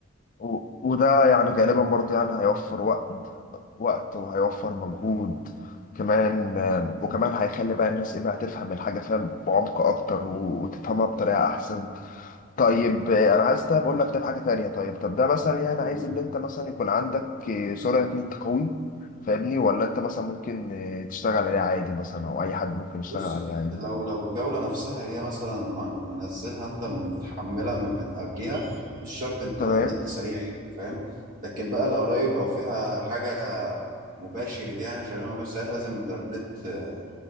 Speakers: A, on the left; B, on the right.
A: و- وده يعني غالبا برضو يعني هيوفر وقت وقت وهيوفر مجهود كمان آم، وكمان هيخلي بقى الناس ايه بقى تفهم الحاجة فاهم بعمق اكتر و- وتفهمها بطريقة احسن طيب آه، انا عايز ده بقول لك طيب حاجة تانية طيب طب ده مثلا يعني
B: فاهم
A: عايز اللي انت مثلا يكون عندك آه، سرعة نت قوي فاهمني ولا انت مثلا ممكن آه، تشتغل عليه عادي مثلا او اي حد ممكن يشتغل
B: بص
A: عليه عادي
B: لو لو الجولة نفسها هي مثلا م- منزلها انت متحملها من قبلها مش شرط انت
A: تمام
B: النت سريع يعني فاهم لكن بقى لو لايف او فيها حاجة مباشر يعني شغالة مباشر ساعتها لازم انترنت آه،